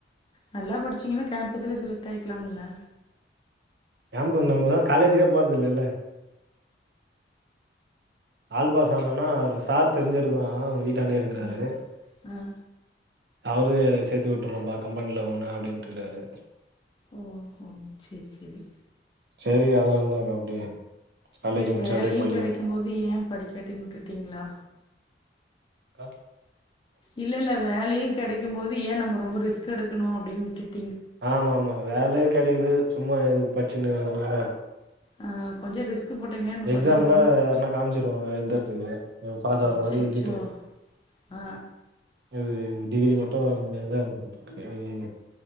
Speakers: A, on the left; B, on the right.
A: நல்லா படிச்சீங்கனா கேம்பஸ்லயே செலக்ட் ஆயிக்கலாம்ல
B: கேம்பு நம்மதா காலேஜுக்கே போறது இல்லேல ஆல்பாஸ் ஆனனா ஒரு சார் தெரிஞ்சவருதா வீட்டாண்டயே இருக்குறாரு
A: ஆ ஆ
B: அவரு சேத்து விட்டுறப்பா கம்பென்ல உன்ன அப்டினுட்ருக்கறாரு
A: ஓ ஹ சேரி சேரி
B: செரி அதனாலதாக்கா அப்டியே காலேஜ்
A: செரி
B: முடிச்சு
A: வேலயு
B: அப்டியே போயிட்லான்க்கா
A: கெடைக்கு போது ஏ படிக்காட்டினு வுட்டுட்டீங்களா
B: ஆஹ்
A: இல்லல்ல வேலயு கெடைக்கு போது ஏ நம்ம ரொம்ப ரிஸ்க் எடுக்கணு அப்டினு விட்டுட்
B: ஆமா ஆமா வேலே கெடைக்குது சும்மா எதுக்கு படிச்சினு அதுனால
A: ஆ கொஞ்சம் ரிஸ்க் போட்டிங்கன்னா இன்னும்
B: எக்ஸாம்லா
A: கொஞ்சம் உங்களுக்கு
B: யாருனா காமிச்சிருவாங்க எழுதுறதுக்கு உ பாசக்குற
A: அச்சச்சோ
B: மாரி எழுதிட்டு
A: ஆ
B: இது டிகிரி மட்டு இருந்தா பேயிங்